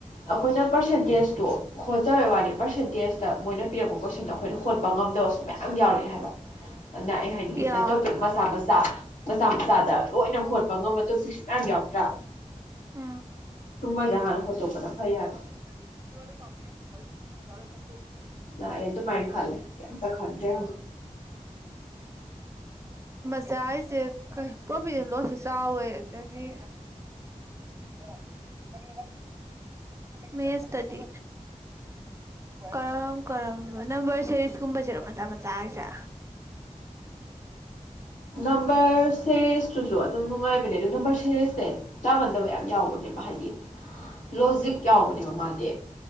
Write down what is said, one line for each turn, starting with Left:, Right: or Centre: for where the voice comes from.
Left: ꯑꯩꯈꯣꯏꯅ ꯄ꯭ꯔꯁꯦꯟꯇꯦꯖꯇꯣ ꯍꯣꯠꯆꯔꯏ ꯋꯥꯅꯤ ꯄꯔꯁꯦꯟꯇꯦꯖꯇ ꯃꯣꯏꯅ ꯄꯤꯛꯄ ꯀꯣꯏꯁꯟꯗꯣ ꯑꯩꯈꯣꯏꯅ ꯍꯣꯠꯄ ꯉꯝꯗꯕꯁꯨ ꯃꯌꯥꯝ ꯌꯥꯝ ꯌꯥꯎꯔꯛꯑꯦ ꯍꯥꯏꯕ ꯑꯗꯨꯅ ꯑꯩ ꯍꯥꯏꯅꯤꯡꯉꯤꯁꯤꯅ
Right: ꯌꯥ
Left: ꯇꯣꯄꯤꯛ ꯃꯆꯥ ꯃꯆꯥ ꯃꯆꯥ ꯃꯆꯥꯗ ꯂꯣꯏꯅ ꯍꯣꯠꯄ ꯉꯝꯕ ꯇꯣꯄꯤꯁꯨ ꯃꯌꯥꯝ ꯌꯥꯎꯗ꯭ꯔꯥ
Right: ꯎꯝ
Left: ꯇꯨꯝꯕꯁꯦ ꯍꯥꯟꯅ ꯍꯣꯠꯇꯣꯛꯄꯅ ꯐꯩ ꯍꯥꯏꯗꯣ
Right: ꯑꯦꯇꯤ ꯋꯥꯦ ꯀꯣꯄꯤꯤ ꯍꯔꯀꯤ ꯇꯔ ꯁꯞ
Left: ꯅ ꯑꯩ ꯇꯣ ꯄꯥꯏ ꯈꯦ ꯀꯇ ꯈꯔꯗꯦ
Right: ꯆꯆꯥ ꯍꯥꯏꯁꯦ ꯄ꯭ꯔꯣꯐꯤꯠ ꯑꯦꯟ ꯂꯣꯁꯁꯨꯦ ꯆꯥꯎꯋꯦ ꯑꯗꯒꯤ ꯐꯔ ꯀꯕ ꯃꯦꯠꯁꯇꯗꯤ ꯀꯔꯝ ꯀꯔꯝꯕꯅꯣ ꯅꯝꯕꯔ ꯁꯦꯔꯤꯁꯀꯨꯝꯕꯁꯤꯔꯣ ꯃꯆꯥ ꯃꯆꯥ ꯍꯥꯏꯁꯦ
Left: ꯅꯝꯕꯝꯕꯔ ꯁꯤꯛꯁ ꯁꯨꯁꯨ ꯑꯗꯨꯝ ꯅꯨꯡꯉꯥꯏꯕꯅꯦ ꯑꯗꯨꯗ ꯅꯝꯕꯔ ꯁꯦꯔꯦꯁꯦ ꯇꯥꯒꯟꯗꯕ ꯌꯥꯝ ꯌꯥꯎꯕꯅꯦꯕ ꯍꯥꯏꯗꯤ ꯂꯣꯖꯤꯛ ꯌꯥꯎꯕꯅꯦꯕ ꯃꯥꯗꯤ